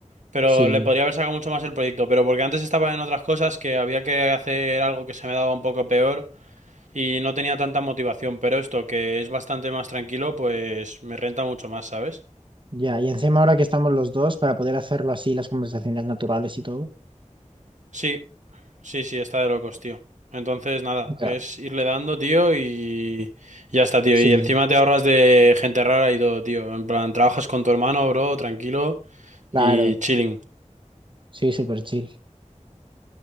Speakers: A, on the right; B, on the right.
A: Pero
B: sí,
A: le podría haber sacado mucho más el proyecto, pero porque antes estaba en otras cosas que había que hacer algo que se me daba un poco peor y no tenía tanta motivación, pero esto que es bastante más tranquilo, pues me renta mucho más, ¿sabes?
B: ya, y encima ahora que estamos los dos, para poder hacerlo así, las conversaciones naturales y todo.
A: Sí, sí, sí, está de locos, tío. Entonces, nada,
B: Ya.
A: es irle dando, tío, y y ya está, tío.
B: Sí,
A: Y encima te ahorras de gente rara y todo, tío. En plan, trabajas con tu hermano, bro, tranquilo
B: claro,
A: y chilling.
B: sí, súper chill,